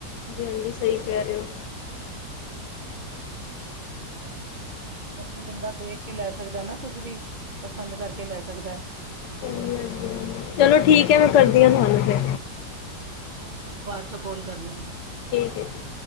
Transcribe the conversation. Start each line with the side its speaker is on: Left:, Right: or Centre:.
Left: ਏਹ ਵੀ ਸਹੀ ਕੈਅ ਰੇਅ ਓ।
Right: ਇੱਥੇ ਬੰਦਾ ਦੇਖ ਕੇ ਲੈ ਸਕਦੈ ਨਾ ਕੁਛ ਵੀ, ਪਸੰਦ ਕਰਕੇ ਲੈ ਸਕਦੈ। <inaudible>
Left: ਹਾਂਜੀ ਹਾਂਜੀ, ਚਲੋ ਠੀਕ ਐ, ਮੈਂ ਕਰਦੀ ਆ ਤੁਹਾਨੂੰ
Right: ਚਲੋ
Left: ਫਿਰ।
Right: ਠੀਕ ਹੈ ਮੈਂ ਵੀ ਤੁਹਾਨੂੰ ਬਾਦ 'ਚ ਕੌਲ ਕਰਨੀ ਆ।
Left: ਠੀਕ ਏ ਜੀ।